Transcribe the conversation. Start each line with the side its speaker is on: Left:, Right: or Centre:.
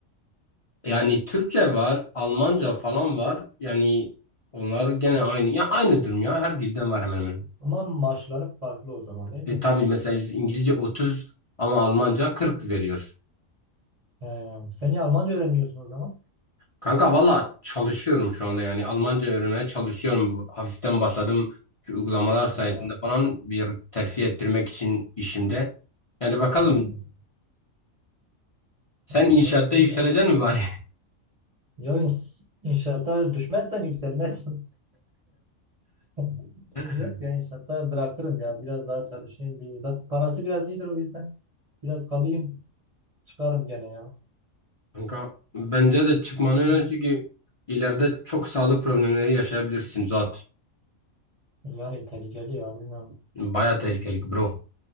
Left: Yani Türkçe var, Almanca falan var. Yani onlar gene
Right: Hmm.
Left: aynı. Ya aynı durum ya. Her dilden var hemen hemen.
Right: Ama maaşları farklı o zaman değil mi?
Left: E tabii mesela biz İngilizce 30 ama Almanca 40 veriyor.
Right: Hmm. Sen niye Almanca öğrenmiyorsun o zaman?
Left: Kanka valla çalışıyorum şu anda yani. Almanca öğrenmeye çalışıyorum. Hafiften başladım. Şu uygulamalar sayesinde
Right: Hmm.
Left: falan bir terfi ettirmek için işimde. Yani bakalım
Right: Hmm.
Left: sen
Right: Aslında
Left: inşaatta
Right: güzel
Left: yükseleceksin
Right: ya.
Left: mi bari?
Right: Ya ins- inşaata düşmezsen yükselmezsin. <laughs>
Left: <laughs>
Right: Yok ya inşaatta bırakırım ya. Biraz daha çalışayım. Bir, zaten parası biraz iyidir o yüzden. Biraz kalayım. Çıkarım gene ya.
Left: Kanka bence de çıkmanı öner
Right: Yani
Left: çünkü ileride çok sağlık problemleri yaşayabilirsin Zuhat.
Right: Yani İtalya geliyor bilmiyorum.
Left: Baya tehlikeli bro.